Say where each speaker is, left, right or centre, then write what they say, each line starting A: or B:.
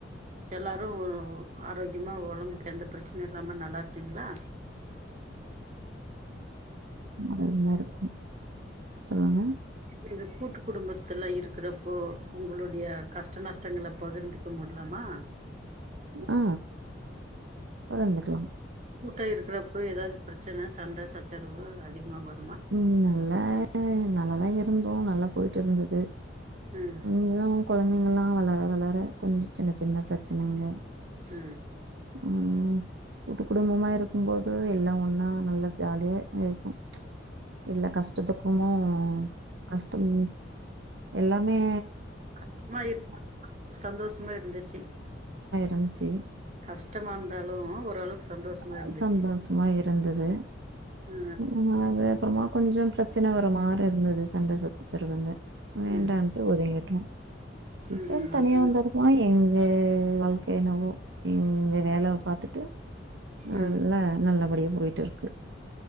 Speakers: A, on the right (about 40°); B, on the right (about 80°).
A: எல்லாரும் ஒரு ஆரோக்கியமா ஒடம்பு எந்த பிரச்சனையு இல்லாம நல்லாருக்கீங்ளா
B: மொத இருந்தே இருக்கும் சொல்லுங்க
A: நீங்க கூட்டு குடும்பத்துல இருக்கிறப்போ உங்களுடைய கஷ்ட நஷ்டங்கள பகிர்ந்துக்க முட்லாமா
B: ஆ பகிர்ந்துக்லாம்
A: கூட்ட இருக்றப்ப ஏதாது பிரச்சன சண்ட சச்சரவு அதிகமா‌ வ
B: ம் நல்ல நல்லாதா இருப் ருந்தோ நல்லா போய்ட்டு இருந்தது
A: ம்
B: நீங்ளு குழந்தைங்கலாம் வளர வளர கொஞ் சின்ன சின்ன பிரச்சனைங்க
A: ம்
B: ம் கூட்டு குடும்பமா இருக்கும்போது எல்லா ஒன்னா நல்ல ஜாலியா இருக்கும் எல்லா கஷ்டத்துக்குமோ கஷ்டம் எல்லம்மே
A: கட்மா இருந்தாலும் சந்தோஷமா இருந்துச்சு
B: நம்ச்சி
A: கஷ்டமா இருந்தாலு ஓரளவுக்கு சந்தோஷமா
B: ஆ
A: இருந்துச்சு
B: சந்தோஷமா இருந்துது
A: ஆ
B: ம் <unintelligible> கொஞ்சோ பிரச் பிரச்சின வர மாரி இருந்தது சண்ட சச்சறவுங்க வேண்டான்ட்டு
A: ம்
B: ஒதுங்கிட்டோ இப்பன்
A: ம்
B: தனியா
A: அது
B: வந்து இருக்கோமா எங் ஏ வாழ்க்கை என்னவோ இங் கு வேல பாத்துட்டு
A: ம்
B: அதுல நல்லபடியும் போயிட்டு இருக்கு